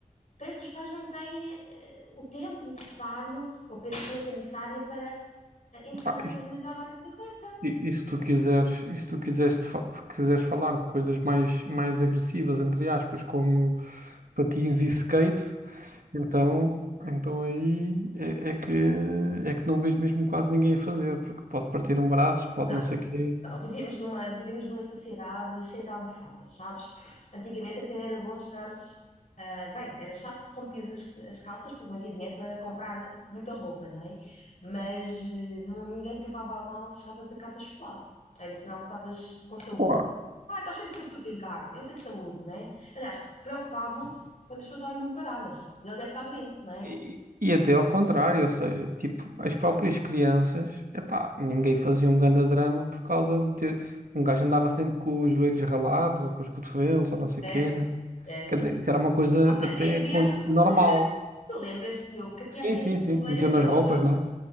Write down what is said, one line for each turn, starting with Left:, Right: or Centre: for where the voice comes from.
Left: parece que os pais não têm eh, o tempo necessário ou a paciência necessária para eh, ensinar
Right: Pá, e,
Left: os miúdos a andar de bicicleta.
Right: e- e se tu quiseres, e se tu quiseres, fa- quiseres falar de coisas mais, mais agressivas, entre aspas, como patins e skate, então, então aí é, é que, é que não vejo mesmo quase ninguém a fazer, porque pode partir um braço, pode
Left: Não,
Right: não sei o quê.
Left: não, vivemos numa, vivemos numa sociedade cheia de almofadas, sabes? Antigamente até era bom chegares. ah, bem, era chato se rompias as, as calças porque não havia dinheiro para comprar muita roupa, não é? Mas eh, não, ninguém te levava a mal se chegavas a casa esfolado. Era sinal que estavas com saúde.
Right: Claro.
Left: Ah, estás cheio de saúde para brincar. Ele tem saúde, não é? Aliás, preocupavam-se quando as pessoas estavam muito paradas. Ele deve estar doente, não é?
Right: E, e até ao contrário, ou seja, tipo, as próprias crianças, epá, ninguém fazia um grande drama por causa de ter. Um gajo andava sempre com os joelhos ralados ou com os cotovelos ou não sei
Left: É,
Right: o quê, né?
Left: é.
Right: Quer dizer, isso era uma coisa até
Left: Até havia
Right: co-
Left: as cotoveleiras.
Right: normal.
Left: Tu lembras-te, Diogo, que até havia
Right: Sim, sim,
Left: as cotoveleiras
Right: sim. Metiam
Left: que
Right: nas
Left: as
Right: roupas,
Left: avós
Right: não é?